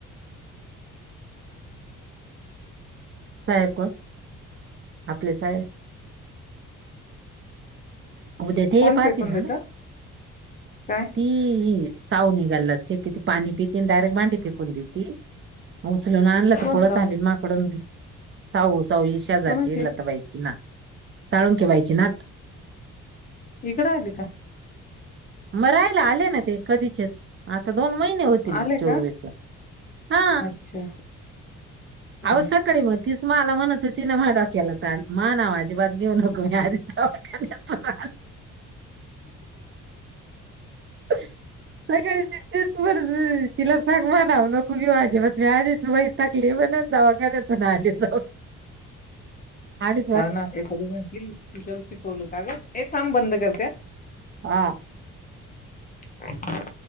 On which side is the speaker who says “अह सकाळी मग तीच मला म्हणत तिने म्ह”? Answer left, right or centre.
Right